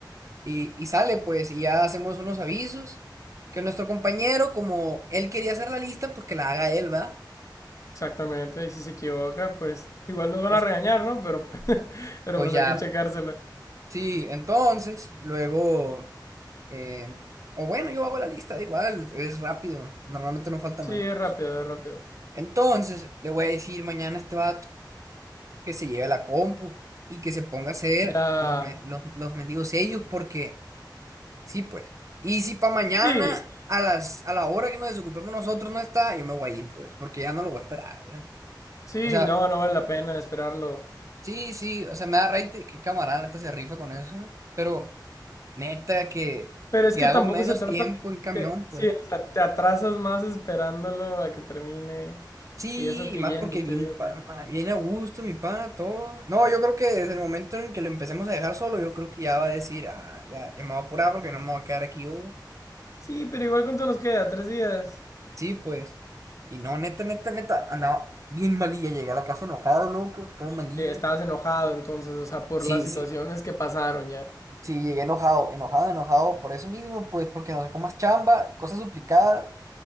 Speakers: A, on the right; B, on the left.
A: Y, y sale, pues, y ya hacemos unos avisos, que nuestro compañero, como él quería hacer la lista, pues que la haga él, ¿va?
B: exactamente. Y si se equivoca, pues igual nos
A: Es,
B: van a regañar, ¿no? Pero, pues- <laughs> pero
A: pues
B: pues
A: ya
B: hay que checársela.
A: Sí, entonces, luego, eh, o bueno, yo hago la lista, da igual, es rápido, normalmente no falta
B: Sí,
A: nadie.
B: es rápido, es rápido.
A: Entonces, le voy a decir mañana a este vato que se lleve la compu y que se ponga a hacer
B: Ya.
A: los, me- los, los mendigos sellos, porque sí, pues. Y si para mañana,
B: Sí,
A: a las, a la hora que nos desocupemos nosotros no está, yo me voy a ir, pues, porque ya no lo voy a esperar, ¿eh?
B: sí,
A: O sea,
B: no, no vale la pena esperarlo.
A: sí, sí, o sea, me da raite que camarada, neta se rifa con eso, pero. Neta, que,
B: Pero es
A: que
B: que
A: hago
B: tampoco
A: menos
B: se trata
A: tiempo en camión,
B: de... Sí,
A: pues.
B: o sea, te atrasas más esperándolo a que termine
A: Sí,
B: y eso que
A: y más
B: yéndote
A: porque bien,
B: de una.
A: pa- ma- bien a gusto, mi pa, todo. No, yo creo que desde el momento en que lo empecemos a dejar solo, yo creo que ya va a decir, ah, ya, ya me voy a apurar porque no me voy a quedar aquí yo.
B: Sí, pero igual cuánto nos queda, tres días.
A: Sí, pues. Y no, neta, neta, neta, andaba bien malilla, llegué a la casa enojado, loco, todo malilla.
B: Eh, estabas enojado entonces, o sea, por
A: Sí,
B: las situaciones
A: sí,
B: que pasaron ya.
A: sí, llegué enojado, enojado, enojado, por eso mismo, pues, porque nos dejó más chamba, cosas duplicadas.